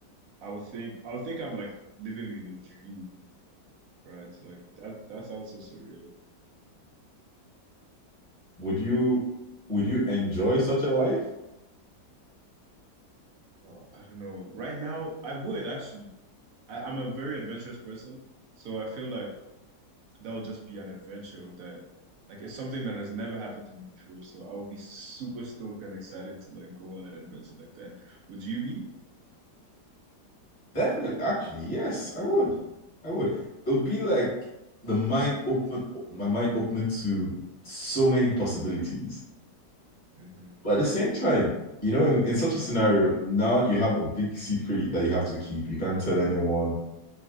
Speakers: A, on the right; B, on the left.
A: I would think I would think I'm like living in a dream. right? So, Like that that sounds so surreal.
B: would you would you enjoy such a life
A: Oh, I don't know. Right now, I would actually. I, I'm a very adventurous person, so I feel like that'll just be an adventure that like it's something that has never happened to me before. So I would be super stoked and excited to like go on an adventure like that. Would you be?
B: Definitely, actually, yes, I would. I would. It would be like the mind open, my mind opening to so many possibilities.
A: hmm
B: But at the same time, you know, in, in such a scenario, now you have a big secret that you have to keep. You can't tell anyone.